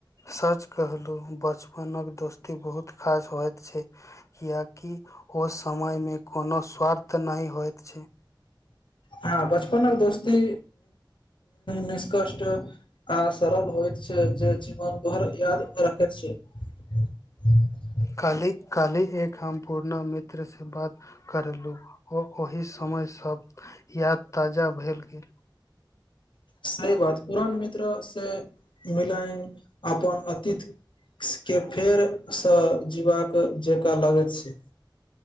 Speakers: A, on the left; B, on the left.
A: सच कहलहुँ बचपनक दोस्ती बहुत खास होइत छै। <unintelligible> किियकि ओ समयमे कोनो स्वार्थ नहि होइत छै। <unintelligible>
B: हँ बस। <unintelligible> अपन को दोस्ती -निष्कष्ट। <unintelligible> आ सरल होइ छै जे जीवनभर याद रखे छै। <unintelligible>
A: काली काली एक हम पूुरना मित्र से बात करलु ओ। <unintelligible> ओहि समय सब। <unintelligible> याद ताजा भेल गेल। <unintelligible>
B: सी बात पुरान मित्र से मिलन। <unintelligible> अपन अतीत। <unintelligible> के फेरसँ जीबाक जकाँ लगैत छै। <unintelligible>